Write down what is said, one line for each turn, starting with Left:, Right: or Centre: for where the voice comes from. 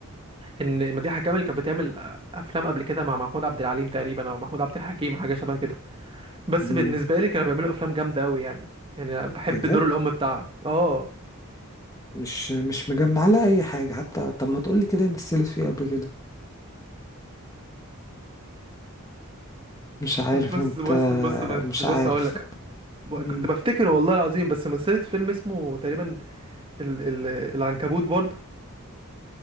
Right: ان مديحه كامل كانت بتعمل آه، افلام قبل كده مع محمود عبد العليم تقريبا او محمود عبد الحكيم حاجه شبه كده بس
Left: امم
Right: بالنسبه لي كانوا بيعملوا افلام جامده قوي يعني يعني أنا بحب
Left: بجد
Right: دور الام بتاعها اه
Left: مش مش مجمع لها اي حاجه حتى طب ما تقولي كده هي مثلت فيه قبل كده مش عارف
Right: بص
Left: انت
Right: بص بص بص
Left: مش
Right: بص
Left: عارف
Right: هقول لك ب-
Left: امم
Right: كنت بفتكر والله العظيم بس مثلت فيلم اسمه تقريبا ال ال العنكبوت برضه